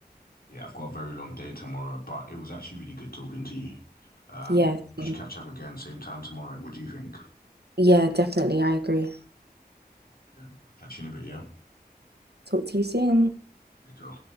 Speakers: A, on the left (about 65°); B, on the right (about 80°).
A: Yeah, I've got a very long day tomorrow, but it was actually really good talking to you. Um,
B: Yeah.
A: we
B: same.
A: should catch up again, same time tomorrow. What do you think?
B: Yeah, definitely. I agree.
A: Yeah. catch you in a bit, yeah?
B: Talk to you soon.
A: There you go.